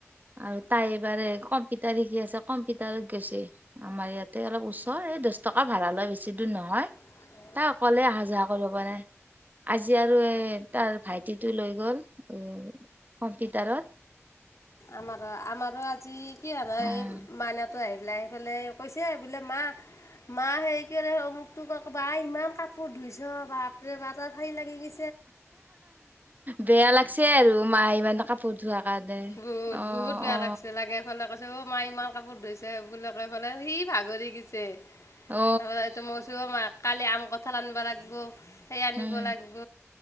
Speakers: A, on the right; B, on the left.
A: আৰু তাই এইবাৰে কমপিটাৰ শিক সি আছে কম্পিটাৰত গৈছে, আমাৰ ইয়াতে অলপ ওচৰ, এই দছ টকা ভাড়া লয় বেছি দূৰ নহয়।
B: <inaudible>
A: তাই অকলে অহা যা কৰিব পাৰে, আজি আৰু এ তাৰ ভাইটিটো লৈ গ'ল। উ, কম্পিটাৰত।
B: আমাৰ, আমাৰো আজি কি হয়নে,
A: অ'
B: এই মাইনাটো আহিলে, আহি পেলাই কৈছে বোলে, মা, মা হে কি ৰে, মোক তোক ক বা ইমান কাপোৰ ধুইছ, বাপ ৰে বাপা ভয় লাগি গি
A: বেয়া লাগছে আৰু, মায়ে ইমান কাপোৰ ধোৱা কাৰণে।
B: বোত,
A: অ
B: বোহুত বেয়া
A: অ
B: লাগছে, লাগে ফালে ক তোৰ মাই ইমান কাপোৰ ধুইছে বোলে কৈ ফালে সি ভাগৰি গিছে। <unintelligible>
A: অ
B: মইছো মাক কালি আম কঁঠাল আনবা লাগব। সেই আনিব
A: উম
B: লাগব,